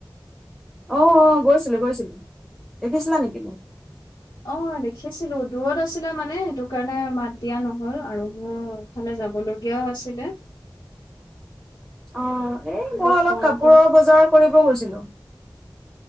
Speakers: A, in the centre; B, on the left.
A: অ অ গৈছিলোঁ গৈছিলোঁ দেখিছিলা নেকি মোক?
B: অ দেখিছিলো দূৰত আছিলা মানে সেইটো কাৰণে মাত দিয়া নহল আৰু মোৰ ইফালে যাব লগীয়াও আছিলে।
A: অ এই
B: কিন্তু
A: মই অলপ
B: ফোনটোৱে
A: কাপোৰৰ বজাৰ কৰিব গৈছিলো।